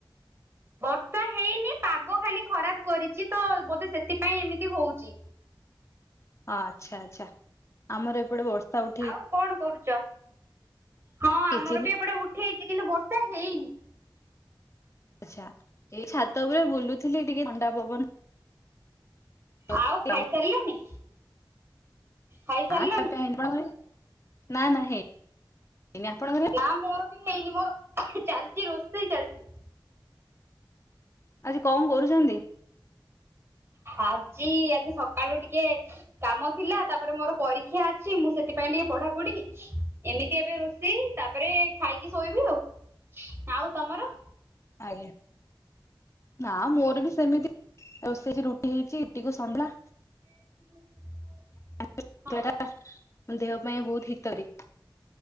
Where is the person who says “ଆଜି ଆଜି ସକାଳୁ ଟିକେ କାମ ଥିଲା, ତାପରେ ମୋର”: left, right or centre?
Right